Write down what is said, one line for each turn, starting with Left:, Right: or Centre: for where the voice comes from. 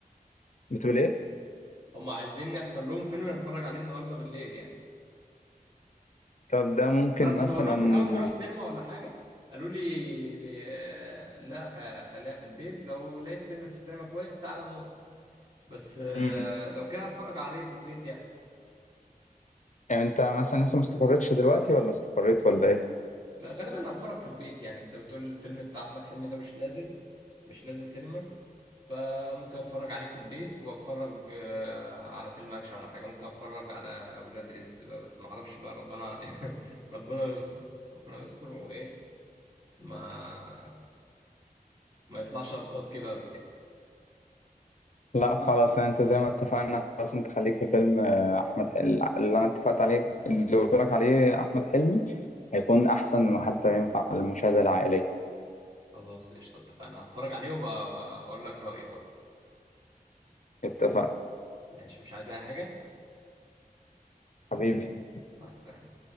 Left: بتقول ايه
Right: هم عايزيني اختار لهم فيلم انا اتفرج عليه النهارده بالليل يعني
Left: طب ده ممكن
Right: انا كنت
Left: مثلا
Right: بقول لهم في الاول نروح سينما ولا حاجه قالوا لي لي- آه، لا خ- خليها في البيت لو لقيت فيلم في السينما كويس تعالى نروح بس آه،
Left: مم.
Right: لو كده هتفرج عليه في البيت يعني
Left: يعني انت مثلا لسه ما استقرتش دلوقتي ولا استقريت ولا ايه
Right: ما غالبا هتفرج في البيت يعني انت بتقول الفيلم بتاع احمد حلمي ده مش نازل مش نازل سينما فممكن اتفرج عليه في البيت واتفرج آه، على فيلم اكشن ولا حاجه ممكن اتفرج على اولاد رزق بقى بس ما اعرفش بقى ربنا <laughs> ربنا يستر ربنا يستر وايه ما ما يطلعش الفاظ كده ولا كده
Left: لا خلاص يعني انت زي ما اتفقنا خلاص انت خليك في فيلم آه، احمد حلمي اللي انا اتفقت عليه اللي قلت لك عليه احمد حلمي هيكون احسن ما حتى ينفع للمشاهده العائليه
Right: خلاص قشطه اتفقنا هتفرج عليه وبقى اقول لك رايي برضه
Left: اتفقنا
Right: ماشي مش عايز اي حاجه
Left: حبيبي
Right: مع السلامه